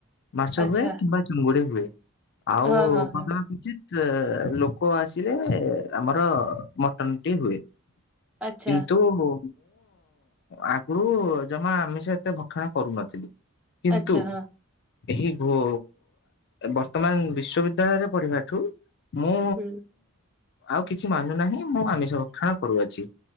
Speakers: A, on the left; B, in the centre.
A: ମାଛ
B: ଆଚ୍ଛା
A: ହୁଏ କିମ୍ବା ଚୁଙ୍ଗୁଡି ହୁଏ ଆଉ
B: ହଁ ହଁ
A: କଣ
B: ହଁ
A: ଉଚିତ ଲୋକ ଆସିଲେ ଆମର ମଟନଟି ହୁଏ
B: ଆଚ୍ଛା
A: କିନ୍ତୁ ମୁଁ ଆଗରୁ ଜମା ଆମିଷ ଏତେ ଭକ୍ଷଣା କରୁନଥିଲି କିନ୍ତୁ
B: ଆଚ୍ଛା ହଁ
A: ଏହି ଭୋ ବର୍ତ୍ତମାନ ବିଶ୍ଵବିଦ୍ୟାଳୟରେ ପଢିବା ଠୁ ମୁଁ
B: ହୁଁ
A: ଆଉ କିଛି ମାନୁ ନାହିଁ ମୁଁ ଆମିଷରକ୍ଷଣ କରୁଅଛି।